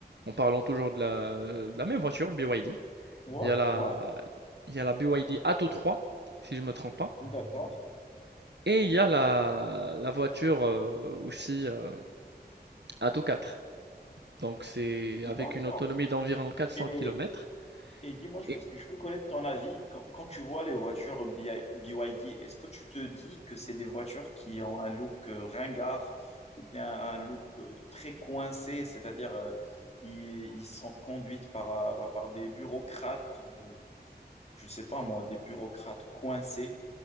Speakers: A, on the right; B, on the left.
A: En parlant toujours de la, de la même voiture, BYD.
B: Ouais,
A: Il y a la,
B: ouais,
A: il y a la BYD Atto 3, si je ne me trompe pas.
B: d'accord,
A: Et il y a la, la voiture euh, aussi euh, à tout 4. Donc c'est
B: d'accord.
A: avec une autonomie d'environ 400
B: Et
A: km.
B: Et dis-moi, je veux,
A: Et
B: ce que je veux connaître ton avis. Quand, quand tu vois les voitures BI- BYD, est-ce que tu te dis que c'est des voitures qui ont un look euh, ringard ou bien un look euh, très coincé, c'est-à-dire euh, ils, ils sont conduites par, euh, bah, par des bureaucrates, euh, je sais pas moi, des bureaucrates coincés